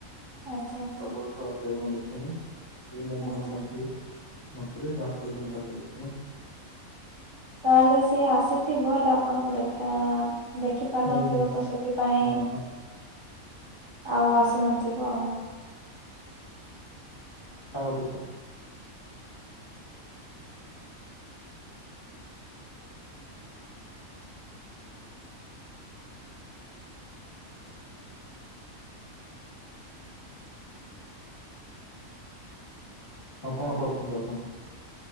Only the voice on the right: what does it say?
ଆଚ୍ଛା ଆଚ୍ଛା
ଆଚ୍ଛା।
ତାହେଲେ ସିଏ ଆସିଥିବ ହେଲେ ଆପଣଙ୍କୁ ଦେଖା ଦେଖି ପାରି
ନଥିବ ତ ସେଥିପାଇଁ
ଆଉ ଆସିନଥିବ ଆଉ
ହ